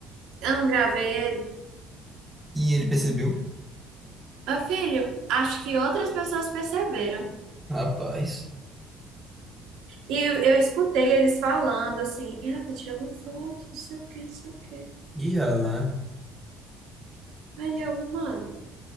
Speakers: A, on the right; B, in the centre.
A: Eu não gravei ele.
B: E ele percebeu?
A: Meu filho, acho que outras pessoas perceberam.
B: Rapaz.
A: E eu, eu escutei eles falando assim, ela tá tirando foto, não sei o que, não sei o que.
B: Ia lá.
A: Aí eu, mano,